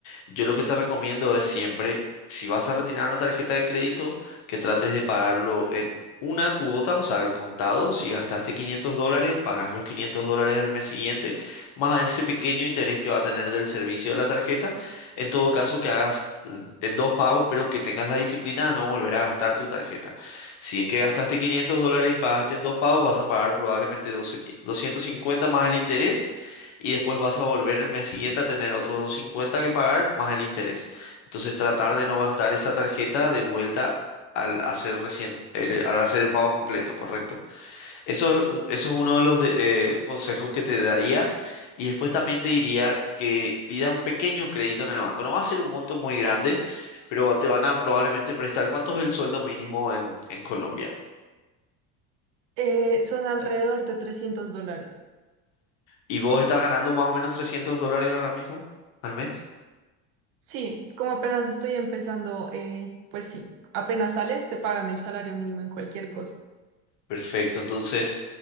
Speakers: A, on the left; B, on the right.
A: Yo lo que te recomiendo es siempre, si vas a retirar una tarjeta de crédito, que trates de pagarlo en una cuota, o sea, al contado. Si gastaste 500 dólares, pagas los 500 dólares al mes siguiente, más ese pequeño interés que va a tener del servicio de la tarjeta. En todo caso, que hagas eh, en dos pagos, pero que tengas la disciplina de no volver a gastar tu tarjeta. Si es que gastaste 500 dólares y pagaste en dos pagos, vas a pagar probablemente 12 250 más el interés y después vas a volver el mes siguiente a tener otros 250 que pagar más el interés. Entonces tratar de no gastar esa tarjeta de vuelta al hacer recién, el- al hacer el pago completo, ¿correcto? Eso es, u- eso es uno de los de- eh, consejos que te daría. Y después también te diría que pidas un pequeño crédito en el banco. No va a ser un monto muy grande, pero te van a probablemente prestar. ¿Cuánto es el sueldo mínimo en, en Colombia?
B: Eh, son alrededor de 300 dólares.
A: ¿Y vos estás ganando más o menos 300 dólares ahora mismo al mes?
B: Sí, como apenas estoy empezando, eh, pues sí, apenas sales, te pagan el salario mínimo en cualquier cosa.
A: Perfecto. Entonces,